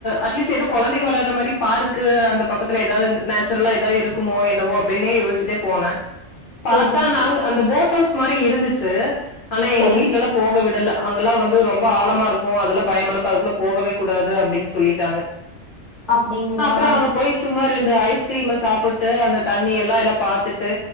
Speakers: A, on the left (about 60°); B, in the centre.
A: அட்லீஸ்ட் ஏதோ கொழந்தைங்க விளயாடுற மாரி பார்கு அந்த பக்கத்துல ஏதாவது நேச்சுரலா ஏதாவது இருக்குமோ என்னவோ அப்பிடினே யோசிச்சுட்டே போனே பாத்தா
B: செரிங்
A: நாங்க அந்த போட்டோஸ் மாரி இருந்துச்சு ஆனா எங்க
B: செரிங்
A: வீட்லலா போக விடல அங்கெல்லா வந்து து ரொம்ப ஆழமா இருக்கு அதெல்லா பயமா இருக்கு அதுக்குள்ள போகவே கூடாது அப்டின்னு சொல்லிட்டாங்க
B: அப்டிங்களா
A: அப்புறோ அங்க போய் சும்மா ரெண்டு ஐஸ்கிரீம சாப்பிட்டு அந்த தண்ணி எல்லா எல்லா பாத்துட்டு